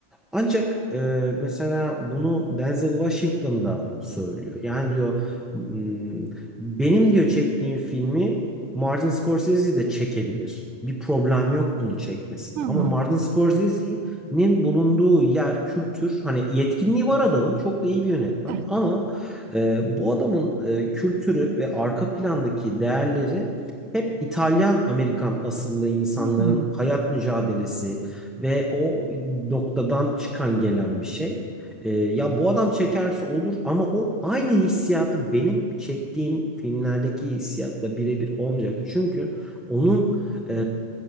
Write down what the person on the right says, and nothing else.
Hı hı.
Evet.
Hı.